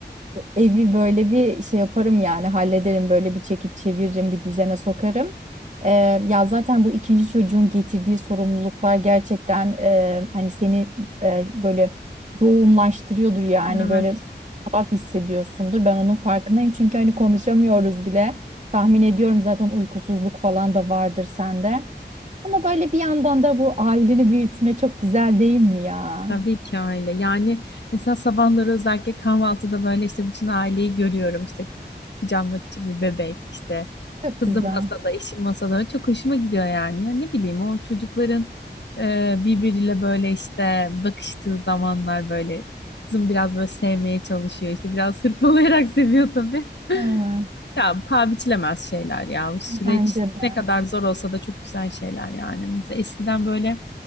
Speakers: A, on the right; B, on the left.
A: evi böyle bir şey yaparım yani hallederim böyle bir çekip çeviririm bir düzene sokarım. Ee, ya zaten bu ikinci çocuğun getirdiği sorumluluklar gerçekten e, hani seni e, böyle yoğunlaştırıyordur yani
B: Evet.
A: böyle tuhaf hissediyorsundur. Ben onun farkındayım çünkü hani konuşamıyoruz bile. Tahmin ediyorum zaten uykusuzluk falan da vardır sende. Ama böyle bir yandan da bu aileni büyütme çok güzel değil mi ya?
B: Tabii ki öyle. Yani mesela sabahları özellikle kahvaltıda böyle işte bütün aileyi görüyorum. İşte kucağımda küçük bir bebek işte
A: Çok
B: Kızım
A: güzel.
B: masada, eşim masada. Çok hoşuma gidiyor yani. Ya ne bileyim o çocukların e, birbiriyle böyle işte bakıştığı zamanlar böyle kızım biraz böyle sevmeye çalışıyor. İşte biraz hırpalayarak <laughs> seviyor tabii.
A: Evet,
B: Ya paha biçilemez şeyler ya. Bu süreç
A: bence de.
B: ne kadar zor olsa da çok güzel şeyler yani. Mesela eskiden böyle